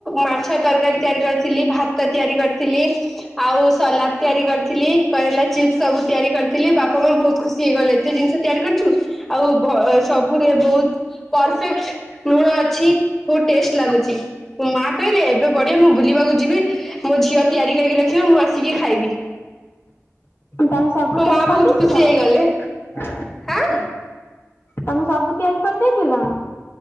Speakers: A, in the centre; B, on the left (about 45°).
A: ମାଛ ତରକାରୀ ତିଆରି କରିଥିଲି ଭାତ ତିଆରି କରିଥିଲି ଆଉ ସଲାଦ୍ ତିଆରି କରିଥିଲି କରରେଲା ଚିପ୍ସ ସବୁ ତିଆରି କରିଥିଲି ବାପା ମା ବହୁତ ଖୁସି ହେଇଗଲେ ଏତେ ଜିନିଷ ତିଆରି କରିଛୁ। ଆଉ ବହ <unintelligible> ସବୁରେ ବହୁତ ପରଫେକ୍ଟ୍। ଲୁଣ ଅଛି ପୁଟ୍। <unintelligible> ଟେଷ୍ଟ୍ ଲାଗୁଛି ମା କହିଲେ ଏବେ ବଢିଆ ମୁଁ ବୁଲିବାକୁ ଯିବି ମୋ ଝିଅ ତିଆରି କରି ରଖିବ ଆସିକି ଖାଇବି।
B: ତମେ ସବୁ
A: ମୋ
B: ତିଆରି
A: ମା
B: କରିଦେଇଥିଲ?
A: ବହୁତ ଖୁସି ହେଇଗଲେ ହାଁ
B: ତମେ ସବୁ ତିଆରି କରି ଦେଇଥିଲ?